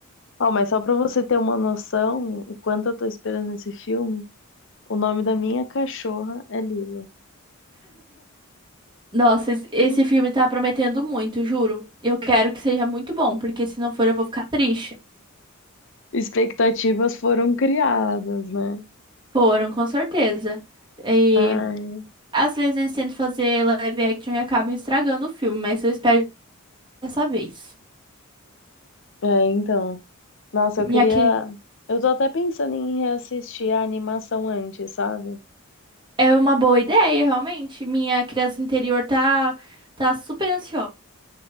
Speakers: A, on the left; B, on the right.
A: Ó, mas só pra você ter uma noção, o quanto eu tô esperando esse filme, o nome da minha cachorra é Lila.
B: Nossa, es- esse
A: <laughs>
B: filme tá prometendo muito, juro. Eu quero que seja muito bom, porque se não for eu vou ficar triste.
A: Expectativas foram criadas, né?
B: Foram, com certeza. E
A: Ai,
B: às vezes eles tentam fazer live action e acabam estragando o filme, mas eu espero dessa vez.
A: é, então. Nossa, eu queria.
B: E aqui.
A: Eu tô até pensando em reassistir a animação antes, sabe?
B: É uma boa ideia, realmente. Minha criança interior tá, tá super ansiosa.